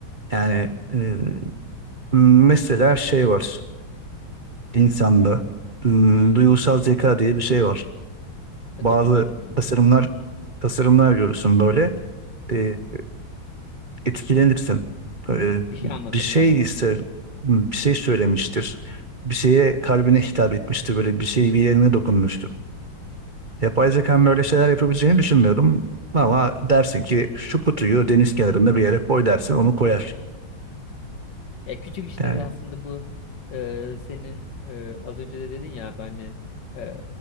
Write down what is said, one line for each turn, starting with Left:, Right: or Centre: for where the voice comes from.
Right: Yani e, mesela şey var. İnsanda e, duygusal zeka diye bir şey var.
Left: E
Right: Bazı
Left: tabii canım yani.
Right: tasarımlar tasarımlar görürsün böyle. E, etkilenirsin. Ee,
Left: Bir şey anlatır
Right: bir şey
Left: sana.
Right: ise bir şey söylemiştir. Bir şeye kalbine hitap etmiştir. Böyle bir şey bir yerine dokunmuştur. Yapay zekanın öyle şeyler yapabileceğini düşünmüyorum. Ama dersin ki şu kutuyu deniz kenarında bir yere koy dersin onu koyar.
Left: Ya küçük işleri
Right: Yani
Left: aslında bu e, senin e, az önce de dedin ya ben hani e,